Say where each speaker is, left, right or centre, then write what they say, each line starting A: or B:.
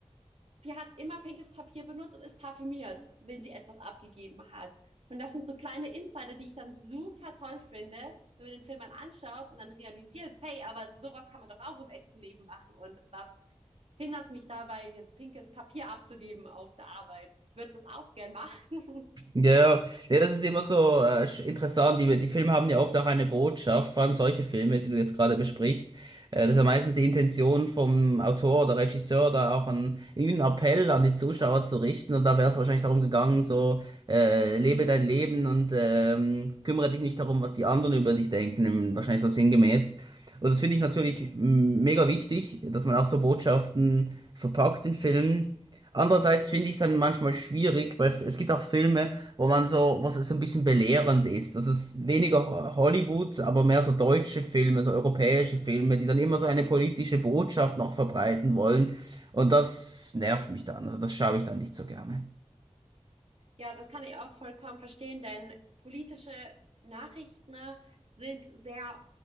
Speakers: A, on the right (about 65°); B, on the right (about 40°).
A: sie hat immer pinkes Papier benutzt und ist parfümiert, wenn sie etwas abgegeben hat. Und das sind so kleine Insider, die ich dann super toll finde, wenn man den Film dann anschaut und dann realisiert, hey, aber sowas kann man doch auch im echten Leben machen. Und was hindert mich dabei, jetzt pinkes Papier abzugeben auf der Arbeit? Ich würde das auch gern machen,
B: Ja, ja, Ja, das ist immer so äh, sch- interessant. Die, die Filme haben ja oft auch eine Botschaft, vor allem solche Filme, die du jetzt gerade besprichst. Äh, das ist ja meistens die Intention vom Autor oder Regisseur, da auch einen, einen Appell an die Zuschauer zu richten. Und da wäre es wahrscheinlich darum gegangen, so äh, lebe dein Leben und ähm, kümmere dich nicht darum, was die anderen über dich denken. Wahrscheinlich so sinngemäß. Und das finde ich natürlich m, mega wichtig, dass man auch so Botschaften verpackt in Filmen. Andererseits finde ich es dann manchmal schwierig, weil es gibt auch Filme, wo man so, was es ein bisschen belehrend ist. Das ist weniger Ho- Hollywood, aber mehr so deutsche Filme, so europäische Filme, die dann immer so eine politische Botschaft noch verbreiten wollen. Und das nervt mich dann. Also das schaue ich dann nicht so gerne.
A: Ja, das kann ich auch vollkommen verstehen, denn politische Nachrichten ne, sind sehr